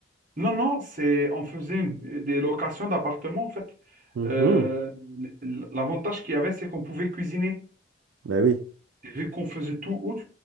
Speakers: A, on the right (about 45°); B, on the right (about 85°).
A: Non, non, c'est, on faisait une- des locations d'appartements, en fait.
B: Mhm.
A: Euh, l- l'avantage qu'il y avait, c'est qu'on pouvait cuisiner.
B: Bah oui,
A: Et vu qu'on faisait tout août,